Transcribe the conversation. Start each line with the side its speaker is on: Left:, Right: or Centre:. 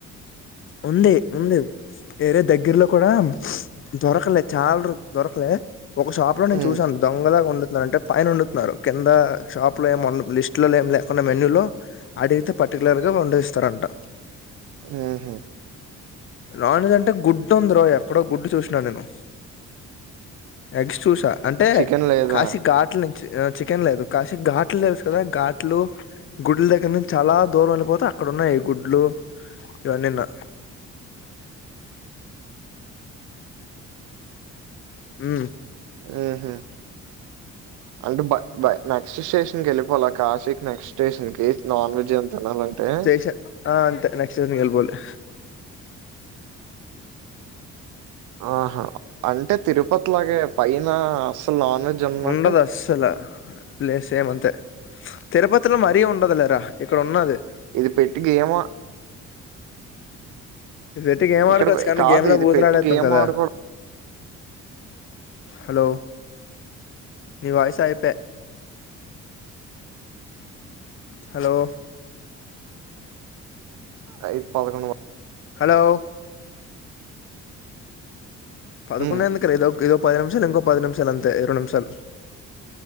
Left: ఉంది ఉంది ఏరియా దగ్గర్లో కూడా దొరకలే చాలా రో దొరకలేదు ఒక షాప్ లో నేను
Right: ఉమ్
Left: చూసాను దొంగలాగా వండుతున్న అంటే పైన వండుతున్నారు కింద షాప్ లో ఏమో లిస్ట్ లో ఏమి లేకుండా మెన్యూ లో అడిగితే పర్టికులర్ గా ఇగ వండిస్తారంట
Right: ఉహు
Left: నాన్జ్ అంటే గుడ్డు ఉందిరో ఎక్కడో గుడ్డు చూసినా నేను ఎగ్స్ చూసా అంటే
Right: చికెన్ లేదా
Left: కాశీ ఘాట్లీ నీ చికెన్ లేదు కాసి ఘాట్లు తెలుసు కదా ఘాట్లు గుడ్ల దగ్గర నుంచి చాలా దూరం వెళ్ళిపోత అక్కడ ఉన్నాయి గుడ్లు ఇవన్నీ నూ ఊ
Right: ఆహ అంటే బయ్ బై నెక్స్ట్ స్టేషన్ కి వెళ్ళిపోవాల కాశీకి నెక్స్ట్ స్టేషన్ కి నాన్ వెజ్ ఇ అనాలంటే
Left: చేసా ఆ అంతే నెక్స్ట్ ఇయర్కి వెళ్లిపోవాలే
Right: ఆహా అంటే తిరుపతి లాగే పైన అస్సలు నాన్ వెజ్ ఉన్నట్టు
Left: ఉండదు అస్సలా లేదు సేమ్ అంతే తిరుపతిలో మరీ ఉండదు లేరా ఇక్కడ ఉన్నది
Right: ఇది పెట్టి గేమో
Left: ఇది పెట్టి గేమ్
Right: ఇక్కడ
Left: ఆడుకోవచ్చు
Right: పె
Left: కానీ
Right: కాదు
Left: గేమ్ లో
Right: ఇది
Left: భూతులాడేతాం
Right: పెట్టి గేమ్
Left: కదా
Right: ఆడకూడదు.
Left: హలో నీ వాయిస్ అయిప హలో
Right: అయి పదకొండు
Left: హలో పదకొండ్
Right: హ్మ్.
Left: ఎందుకు రా ఏదో ఇదో పది నిమిషాలు ఇంకో పది నిమిషాలు అంతే ఇరవై నిమిషాలు